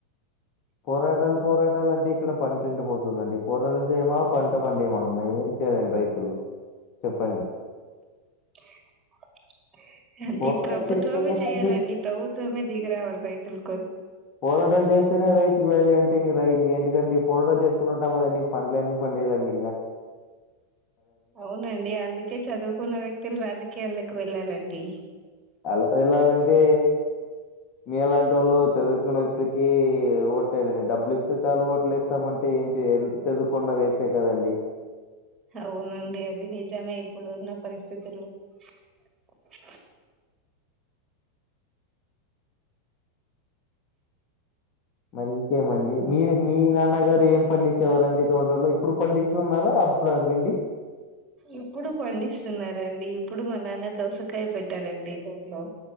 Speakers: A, on the left; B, on the right.
A: పోరాటాలు పోరాటాలు అంటిగ్ ఇక్కడ పంటెండిపోతుందండి పొరలు చేయమా పంట పండేమ మేము ఏం చేయలేం రైతులు చెప్పండి
B: కే కా అది
A: పోరాటాలు
B: ప్రభుత్వమే
A: చేస్తేనే
B: చేయాలండి
A: అండి
B: ప్రభుత్వమే దిగిరావాలి రైతులు
A: పోరాటాలు చేస్తేనే రైతుకు వాల్యూ అంటే ఇంగ ఇంకేంటిదండి పోరాటాలు చేసుకుంటుంటాం కదండి పండ్ల ఎందుకు లేదండి ఇంగ
B: అవునండి అందుకే చదువుకున్న వ్యక్తులు రాజకీయల్లోకి వెళ్ళాలండి
A: అలా వెళ్ళాలంటే మీ లాంటోళ్ళు చదువుకున్న వ్యక్తికి ఓట్లేయలేదండి డబ్బులు ఇస్తే చాలు ఓట్లు వేస్తామంటే ఇక ఎంత చదువుకున్న వేస్ట్ ఏ కదండి
B: అవునండి అది నిజమే ఇప్పుడు ఉన్న పరిస్థితుల్లో చి కీ
A: మరి ఇంకేమండి మీ మీ నాన్నగారు ఏం పండించేవారండి తోటలలో ఇప్పుడు పండిస్తున్నారా ఇప్పుడ గండి
B: ఇప్పుడు పండిస్తున్నారండి ఇప్పుడు మా నాన్న దోసకాయ పెట్టారండి తోట్లో